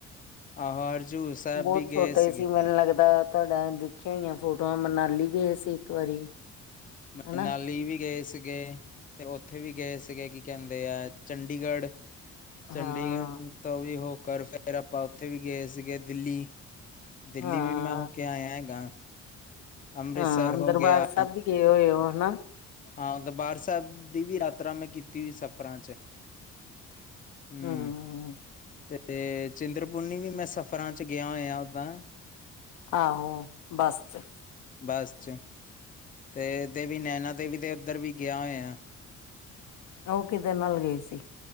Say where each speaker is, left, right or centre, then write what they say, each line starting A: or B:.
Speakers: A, on the left; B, on the left.
A: ਆਹੋ ਹਜ਼ੂਰ ਸਾਹਿਬ
B: ਬਹੁਤ
A: ਵੀ ਗਏ
B: ਛੋਟੇ
A: ਸੀਗੇ
B: ਸੀ, ਮੈਨ ਲੱਗਦਾ ਤੁਹਾਡਾ ਦੇਖੀਆਂ ਹੋਈਆਂ ਫੋਟੋਆਂ ਮਨਾਲੀ ਗਏ ਸੀ ਇੱਕ ਵਾਰੀ।
A: ਮਨਾਲੀ
B: ਹਨਾ
A: ਵੀ ਗਏ ਸੀਗੇ ਤੇ ਉੱਥੇ ਵੀ ਗਏ ਸੀ ਸੀਗੇ ਕੀ ਕਹਿੰਦੇ ਆ ਚੰਡੀਗੜ੍ਹ, ਚੰਡੀਗੜ੍ਹ
B: ਹਾਂ
A: ਤੋਂ ਵੀ ਉਹ ਕਰ ਫੇਰ ਆਪਾਂ ਉੱਥੇ ਵੀ ਗਏ ਸੀਗੇ ਦਿੱਲੀ ਦਿੱਲੀ
B: ਹਾਂ
A: ਵੀ ਮੈਂ ਹੋ ਕੇ ਆਇਆ ਹੈਗਾ। ਅੰਮ੍ਰਿਤਸਰ
B: ਹਾਂ
A: ਹੋ
B: ਦਰਬਾਰ
A: ਗਯਾ।
B: ਸਾਹਿਬ ਵੀ ਗਏ ਹੋਏ ਹੋ ਹਨਾ
A: ਹਾਂ, ਦਰਬਾਰ ਸਾਹਿਬ ਦੀ ਵੀ ਯਾਤਰਾ ਮੈਂ ਕੀਤੀ ਸਫ਼ਰਾਂ ਚ ਹੂੰ,
B: ਹਮ
A: ਤੇ ਤੇ ਚਿੰਦਰਪੁਰਨੀ ਵੀ ਮੈਂ ਸਫ਼ਰਾਂ ਚ ਗਯਾ ਹੋਯਾ ਉੱਦਾਂ।
B: ਆਹੋ ਬਸ ਚ
A: ਬਸ ਚ, ਤੇ ਦੇਵੀ ਨੈਨਾ ਦੇਵੀ ਦੇ ਉੱਧਰ ਵੀ ਗਿਆ ਹੋਯਾ।
B: ਉਹ ਕਿਦੇ ਨਾਲ ਗਏ ਸੀ।